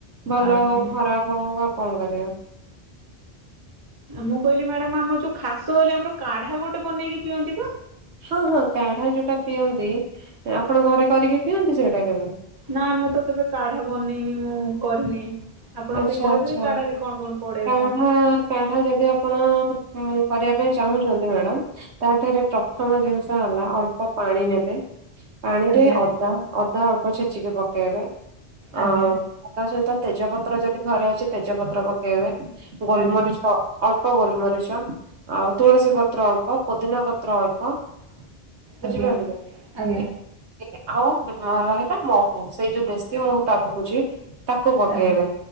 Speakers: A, on the right; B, on the right.
A: ଭଲ
B: ଆଜ୍ଞା
A: ହଉ ଖରାପ ହଉ। କଣ କରିବା?
B: ମୁଁ କହିଲି, ମ୍ୟାଡାମ ଆମର ଯୋଉ ଖାସ ହେଲେ ଆମର କାଢା ଗୋଟେ ବନେଇକି ପିଅନ୍ତି ବା?
A: ହଁ ହଁ କାଢା ଯୋଉଟା ପିଅନ୍ତି ଆପଣଙ୍କ ଘରେ କରିକି ପିଅନ୍ତି ସେଇଟା କେବେ?
B: ନା ମୁଁ ତ କେବେ କାଢା ବନେଇନି ମୁଁ କରିନି। ଆପଣ
A: ଆଚ୍ଛା
B: ଟିକେ କହିପାରିବେ
A: ଆଚ୍ଛା
B: କାଢା ରେ କଣ କଣ? ପଡେ
A: କାଢା
B: କଣ?
A: କାଢା ଯଦି ଆପଣ କରିବା ପାଇଁ ଚାହୁଁଛନ୍ତି ମ୍ୟାଡାମ୍ ତାଠରେ ପ୍ରଥମ ଜିନିଷ ହେଲା। ଅଳ୍ପ ପାଣି ନେବେ। ପାଣିରେ
B: ଆଜ୍ଞା
A: ଅଦା ଅଦା ଅଳ୍ପ ଛେଚିକି ପକେଇବେ
B: ଆଜ୍ଞା
A: ଅଁ ଅଦା ସହିତ ତେଜପତ୍ର ଯଦି ଘରେ ଅଛି। ତେଜପତ୍ର ପ କେବେ? ଗୋଲମରିଚ
B: ଆଜ୍ଞା
A: ଆ ଗୋଲମରିଚ। ଆଉ ତୁଳସୀ ପତ୍ର ଅଳ୍ପ ପୋ ପୋଦିନାପତ୍ର ଅଳ ହ <inaudible> ବୁଝିପାରିଲ?
B: ଆଜ୍ଞା ଆଜ୍ଞା ଆଜ୍ଞା
A: ଏମି ଆଉ ରହିଲା ମହୁ। ସେଇ ଯୋଉ ଦେଶୀ ମହୁ ଟା କହୁଛି। ତାକୁ ପକେଇବେ।
B: ଆଜ୍ଞା